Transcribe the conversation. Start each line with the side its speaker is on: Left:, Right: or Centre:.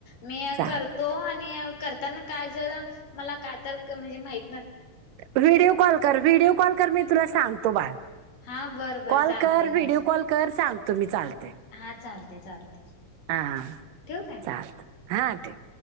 Left: मी
Right: चालतय.
Left: करतो आणि करताना काय जरा मला काय तर कमी माही
Right: व्हिडिओ कॉल कर व्हिडिओ कॉल कर मी तुला सांगतो बाळ
Left: हा बरं बरं
Right: कॉल
Left: चालते
Right: कर व्हिडिओ
Left: मग
Right: कॉल कर सांग तो मी चालतय
Left: हा चालतेय चालते.
Right: हा
Left: ठेवू काय?
Right: चालत हा ठेव.